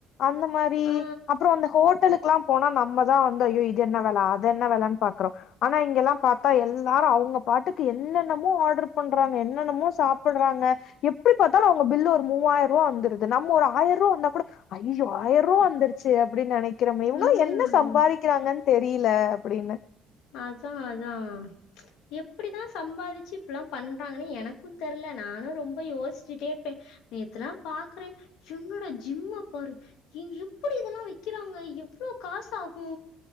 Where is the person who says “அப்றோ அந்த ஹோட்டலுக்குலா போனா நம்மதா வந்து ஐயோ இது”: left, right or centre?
Left